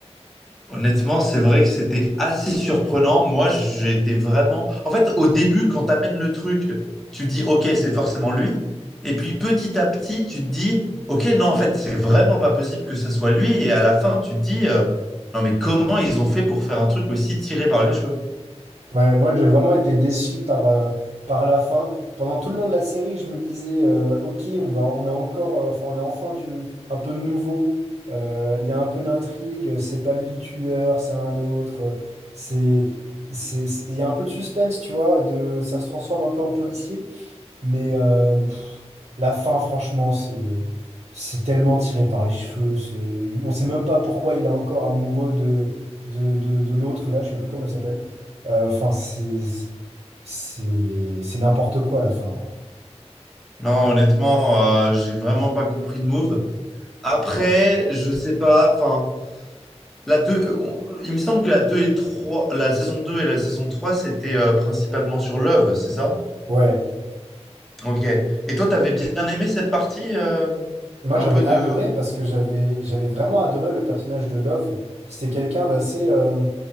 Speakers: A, in the centre; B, on the right.
A: Honnêtement, c'est vrai que c'était assez surprenant. Moi, j'ai été vraiment... En fait, au début, quand t'amènes le truc, tu dis, OK, c'est forcément lui. Et puis, petit à petit, tu te dis, OK, non, en fait, c'est vraiment pas possible que ce soit lui. Et à la fin, tu te dis, euh, non, mais comment ils ont fait pour faire un truc aussi tiré par les cheveux?
B: Ouais, moi j'ai vraiment été déçu par, euh, par la fin. Pendant tout le long de la série, je me disais euh, ok, on va, on a encore, euh, enfin on a enfin du un peu de nouveau. Euh, Il y a un peu d'intrigue. euh, C'est pas lui le tueur, c'est un autre. euh, C'est, c'est, c'est- il y a un peu de suspense, tu vois. De, ça se transforme un peu en policier. Mais euh, pff, la fin, franchement, c'est c'est tellement tiré par les cheveux. C'est, on sait même pas pourquoi il est encore amoureux de de, de, de l'autre là. Je sais plus comment elle s'appelle. Euh, Enfin, c'est c'est c'est n'importe quoi la fin, quoi.
A: Non, honnêtement, euh, j'ai vraiment pas compris le move. Après, je sais pas, enfin, la deux, on- il me semble que la deux et le trois, la saison 2 et la saison 3, c'était euh, principalement sur Love, c'est ça?
B: Ouais.
A: Ok. Et toi, t'avais bien aimé cette partie euh,
B: Moi,
A: un
B: j'avais
A: peu de...
B: adoré parce que j'avais j'avais vraiment adoré le personnage de Love. C'était quelqu'un d'assez euh,